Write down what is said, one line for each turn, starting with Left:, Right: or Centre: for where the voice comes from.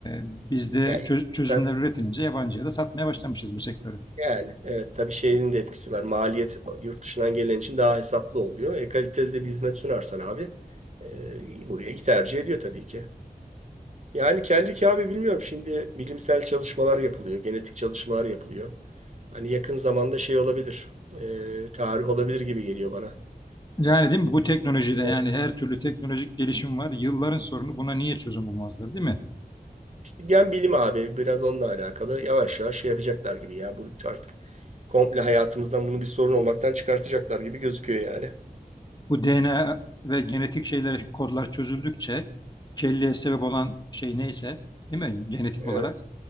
Left: bizde
Right: Yani,
Left: çöz- çözümler
Right: tabii,
Left: üretilince yabancıya da satmaya başlamışız bu sektörü.
Right: yani evet tabii şeyin de etkisi var. Maliyet yurt dışından gelen için daha hesaplı oluyor. E kaliteli de bir hizmet sunarsan abi e, buraya iyi tercih ediyor tabii ki. Yani kellik abi bilmiyorum şimdi bilimsel çalışmalar yapılıyor. Genetik çalışmalar yapılıyor. Hani yakın zamanda şey olabilir. e, tarih olabilir gibi geliyor bana.
Left: Yani
Right: E,
Left: değil mi? Bu teknolojide
Right: evet.
Left: yani her türlü teknolojik gelişim var. Yılların sorunu buna niye çözüm bulmazlar değil mi?
Right: İşte gen bilimi abi biraz onunla alakalı. Yavaş yavaş şey yapacaklar gibi ya. Bu artık komple hayatımızdan bunu bir sorun olmaktan çıkartacaklar gibi gözüküyor yani.
Left: Bu DNA ve genetik şeyler, kodlar çözüldükçe kelleye sebep olan şey neyse değil mi? Genetik
Right: Evet.
Left: olarak